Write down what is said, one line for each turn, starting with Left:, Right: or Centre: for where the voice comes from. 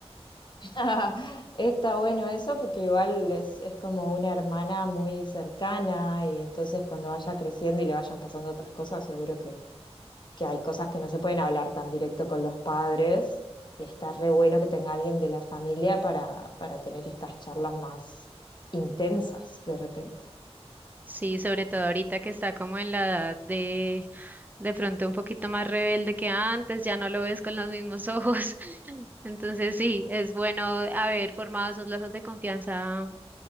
Left: <laughs> Está bueno eso porque igual es, es como una hermana muy cercana y entonces cuando vaya creciendo y le vayan pasando otras cosas, seguro que que hay cosas que no se pueden hablar tan directo con los padres y está re bueno que tenga alguien de la familia para, para tener estas charlas más intensas de repente.
Right: Sí, sobre todo ahorita que está como en la edad de de pronto un poquito más rebelde que antes, ya no lo ves con los mismos ojos. <laughs> Entonces sí, es bueno haber formado esos lazos de confianza